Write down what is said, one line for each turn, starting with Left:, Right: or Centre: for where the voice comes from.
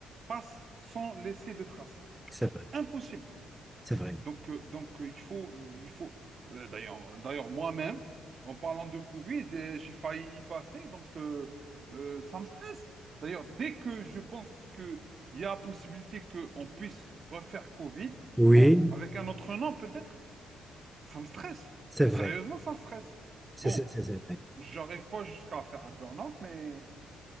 Right: passe sans laisser de traces.
Centre: c'est vrai,
Right: Impossible.
Centre: c'est vrai.
Right: Donc, euh, donc euh, il faut, il, il faut. euh, D'ailleurs, d'ailleurs, moi-même, en parlant de Covid, euh, j'ai failli y passer, donc euh, euh, ça me stresse. D'ailleurs, dès que je pense qu'il y a possibilité qu'on puisse refaire Covid,
Centre: Oui,
Right: bon, avec un autre nom peut-être, ça me stresse.
Centre: c'est vrai.
Right: Sérieusement, ça me stresse.
Centre: C'est
Right: Bon,
Centre: c'est- c'est- c'est vrai.
Right: j'arrive pas jusqu'à faire un burn-out, mais